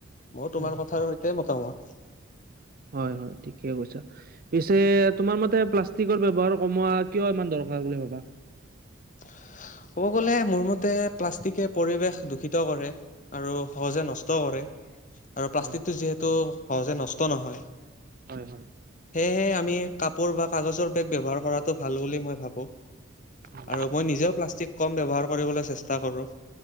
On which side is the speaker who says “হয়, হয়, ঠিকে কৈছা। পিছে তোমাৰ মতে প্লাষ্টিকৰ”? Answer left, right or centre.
Right